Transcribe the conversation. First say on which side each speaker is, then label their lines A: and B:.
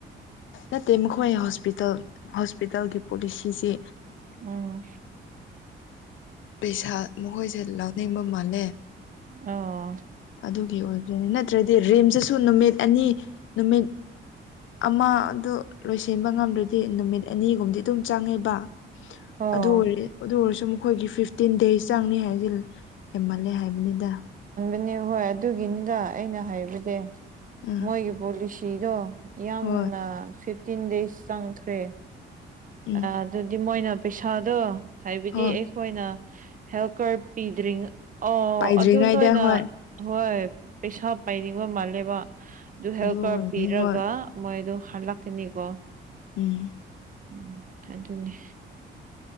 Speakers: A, on the left; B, on the right.
A: ꯅꯠꯇꯦ ꯃꯈꯣꯏ ꯍꯣꯁꯄꯤꯇꯥꯜ ꯍꯣꯁꯄꯤꯇꯥꯜꯒꯤ ꯄꯣꯂꯤꯁꯤꯁꯦ
B: ꯎꯝ
A: ꯄꯩꯁꯥ ꯃꯈꯣꯏꯁꯦ ꯂꯧꯅꯤꯡꯕ ꯃꯥꯜꯂꯦ
B: ꯑꯣ
A: ꯑꯗꯨꯒꯤ ꯑꯣꯏꯕꯅꯤ ꯅꯠꯇ꯭ꯔꯗꯤ ꯔꯤꯝꯁꯇꯁꯨ ꯅꯨꯃꯤꯠ ꯑꯅꯤ ꯅꯨꯃꯤꯠ ꯑꯃ ꯑꯗꯨ ꯂꯣꯏꯁꯤꯟꯕ ꯉꯝꯗꯔꯗꯤ ꯗꯤ ꯅꯨꯃꯤꯠ ꯑꯅꯤꯒꯨꯝꯕꯗꯤ ꯑꯗꯨꯝ ꯆꯪꯉꯦꯕ
B: ꯑꯣ
A: ꯑꯗꯨ ꯑꯣꯏꯔꯦ ꯑꯗꯨ ꯑꯣꯏꯔꯁꯨ ꯃꯨꯛ ꯑꯩꯈꯣꯏꯒꯤ ꯐꯤꯐꯇꯤꯟ ꯗꯦꯁ ꯆꯪꯅꯤ ꯍꯥꯏꯗꯤ ꯍꯦꯃꯜꯂꯦ ꯍꯥꯏꯕꯅꯤꯗ
B: ꯅꯦ ꯍꯣꯏ ꯑꯗꯨꯒꯤꯅꯤꯗ ꯑꯩꯅ ꯍꯥꯏꯕꯗꯤ
A: ꯎꯝ
B: ꯃꯣꯏꯒꯤ ꯄꯣꯂꯤꯁꯤꯗꯣ ꯌꯥꯝꯅ
A: ꯍꯣꯏ
B: ꯐꯤꯐꯇꯤꯟ ꯗꯦꯁ ꯆꯪꯈ꯭ꯔꯦ
A: ꯎꯝ
B: ꯑꯥ ꯑꯗꯨꯗꯤ ꯃꯣꯏꯅ ꯄꯩꯁꯥꯗꯣ ꯍꯥꯏꯕꯗꯤ
A: ꯍꯣꯏ
B: ꯑꯈꯣꯏꯅ ꯍꯦꯜ ꯀꯥꯔꯠ ꯄꯤꯗ꯭ꯔꯤ ꯑꯣ
A: ꯄꯥꯏꯗ꯭ꯔꯤꯉꯩꯗ
B: ꯑꯗꯨ ꯅꯣꯏꯅ
A: ꯍꯣꯏ
B: ꯍꯣꯏ ꯄꯩꯁꯥ ꯄꯥꯏꯅꯤꯡꯕ ꯃꯥꯜꯂꯦꯕ ꯑꯗꯨ ꯍꯦꯜꯄ
A: ꯑꯣꯏꯔꯅꯤ
B: ꯀꯥꯔꯠ ꯄꯤꯔꯒ
A: ꯍꯣꯏ
B: ꯃꯣꯏꯗꯨ ꯍꯜꯂꯛꯀꯅꯤꯀꯣ
A: ꯎꯝ
B: ꯎꯝ ꯑꯗꯨꯅꯦ